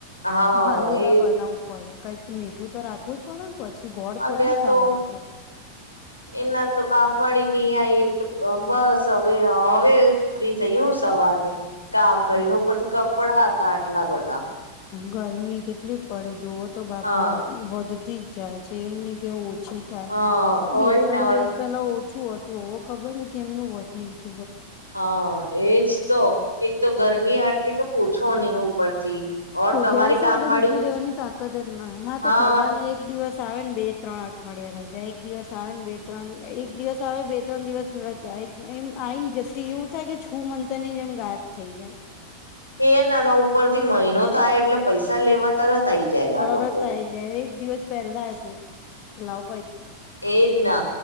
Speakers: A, on the left; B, on the left.
A: હા
B: ફાલુદા
A: એ
B: બનાવવું પડે કંઈક તું મીઠું તો રાખવું જ પડે ને પછી ગોળ
A: અલ્યા
B: થોડી ને ખાય
A: તો
B: આ લોકો
A: એના તો કામ વાડી નઈ આય <unintelligible> બસ હવે હવે ફ્રી થઈ સવારની. કામ
B: હમ્મ
A: કરીને ઉપરથી કપડા હતા આટલા બધા
B: ગરમી કેટલી પડે જોવો તો બાપા
A: હા
B: વધતી જ જાય છે એમને કેવું ઓછી થાય,
A: હા હોય
B: બે ત્રણ
A: ને
B: દિવસ પેલા ઓ શું હતું હવે ખબર ને કે એમનું વધી જી
A: હા, એજ તો એકતો ગરમી એટલે કે પૂછો ની ઉપરથી ઓર
B: તો
A: તમારી
B: ગેસ
A: કામ
B: આગળ
A: વાળી
B: ઉભૂ રેવાની તાકત જ ના, મારે
A: હા
B: તો ખબર ને એક દિવસ આવે ને બે ત્રણ અઠ અઠવાડિયા રજા, એક દિવસ આવે ને બે ત્રણ, એક દિવસ આવે બે ત્રણ દિવસ રજા, એક એમ આઈને જસી એવું થાય કે છું મંતર ની જેમ ગાયબ થઈ જાય.
A: એ નાના ઉપરથી મહિનો થાય એટલે પૈસા લેવા તરત આઈ જાય
B: તરત આ
A: લોકો
B: આઈ જાય, એક દિવસ પહેલાજ. કે લાઉ
A: એજના